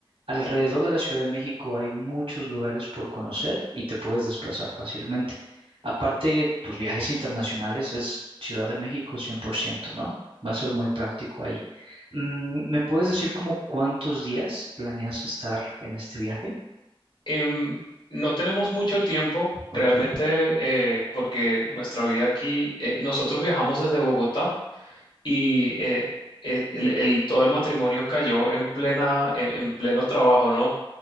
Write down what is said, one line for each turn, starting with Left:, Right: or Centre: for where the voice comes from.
Right: Alrededor de la Ciudad de México hay muchos lugares por conocer y te puedes desplazar fácilmente. Aparte, pues viajes internacionales es Ciudad de México 100%, ¿no? Va a ser muy práctico ahí. Mm, ¿me puedes decir como cuántos días planeas estar en este viaje?
Left: Em, no tenemos mucho tiempo
Right: Ok.
Left: realmente eh, porque nuestra vida aquí, eh, nosotros viajamos desde Bogotá. y eh, eh, el, el- todo el matrimonio cayó en plena, en, en pleno trabajo, ¿no?